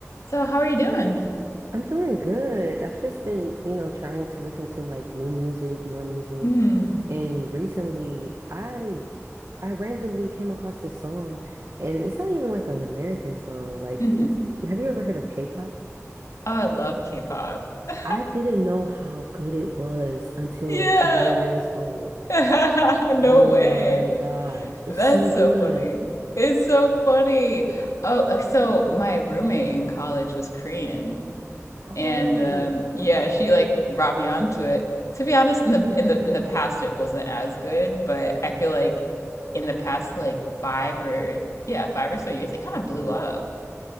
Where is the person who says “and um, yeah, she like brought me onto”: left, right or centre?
Left